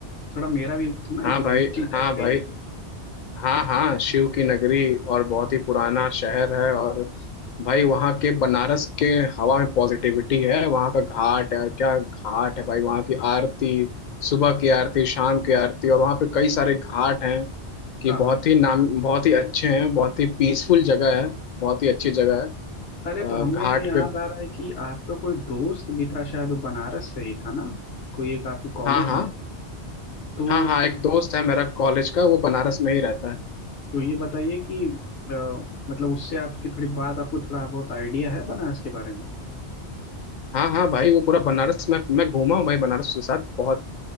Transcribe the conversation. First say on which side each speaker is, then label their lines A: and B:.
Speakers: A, on the left; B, on the left.
A: थोड़ा मेरा भी ना
B: हाँ
A: एक
B: भाई
A: रुचि जाग
B: हाँ
A: गई
B: भाई
A: है
B: हाँ हाँ शिव की नगरी और बहुत ही पुराना शहर है और भाई वहाँ के बनारस के हवा में पॉजिटिविटी है वहाँ का घाट है और क्या घाट है भाई वहाँ की आरती सुबह की आरती शाम की आरती और वहाँ पे कई सारे घाट हैं कि
A: हाँ
B: बहुत
A: हाँ
B: ही नाम बहुत ही अच्छे हैं बहुत ही पीसफुल जगह है बहुत ही अच्छी जगह है
A: अरे
B: अ,
A: तो हमें
B: घाट
A: याद
B: पे
A: आ रहा है कि आपका कोई दोस्त भी था शायद वो बनारस से ही था ना कोई एक आपके कॉलेज
B: हाँ हाँ
A: में ही। तो
B: हाँ हाँ एक दोस्त है मेरा कॉलेज का वो बनारस में ही रहता है
A: तो ये बताइए कि अ, मतलब उससे आपकी थोड़ी बात आपको थोड़ा बहुत आइडिया है बनारस के बारे में
B: हाँ हाँ भाई वो पूरा बनारस में मैं घूमा हूँ भाई बनारस के साथ बहुत